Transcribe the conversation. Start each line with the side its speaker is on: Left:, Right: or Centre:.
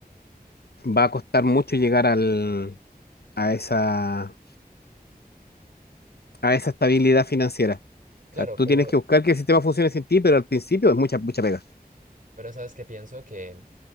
Left: va a costar mucho llegar al, a esa, a esa estabilidad financiera.
Right: claro,
Left: O sea, tú
Right: pero,
Left: tienes que buscar que el sistema funcione sin ti, pero al principio es mucha, mucha pega.
Right: pero sabes que pienso que